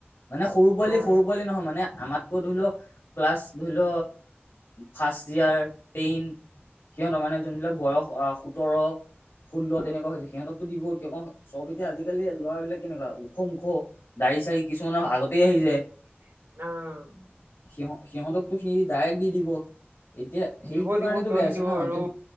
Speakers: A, on the left; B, on the right.
A: মানে সৰু পোৱালি
B: উম
A: সৰু পোৱালি নহয় মানে আমাত ধৰিল ক্লাছ ধৰিল ফাৰ্ষ্ট ইয়াৰ তেন সিহঁতৰ মানে যোনবিলাক বয়স আ সোতৰ ষোল্ল
B: উম
A: তেনেকুৱা হৈছে সিহঁতকতো দিব কিয় ক চব এতিয়া আজিকালি ল'ৰা বিলাক কেনেকুৱা ওখ - ওখ দাৰি চাৰি কিছুমানৰ আগতেই আহি যায়।
B: অ'।
A: সিহ সিহঁতকতো সি ডাইৰেক্ট দি দিব এতিয়া সেইটো
B: দিব-
A: কাৰণেতো
B: দিব কিয়
A: বেয়া
B: নিদিব
A: হৈছে ন
B: আৰু
A: এতিয়া